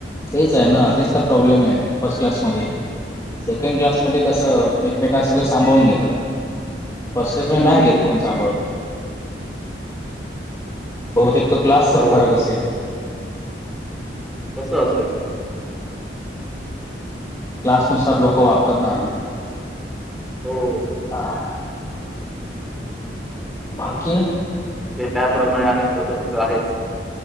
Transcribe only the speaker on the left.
तेच आहे ना तेच तर प्रॉब्लेम आहे फर्स्ट क्लासमध्ये सेकंड क्लासमध्ये कसं एकमेकांना सगळ सांभाळून घेतात. फर्स्ट क्लास
नाही घेत कोण सांभाळून. बहुतेक तो क्लासचा
फरक असेल
क्लास नुसार लोक वागतात ना हल्ली.
हा. बाकी?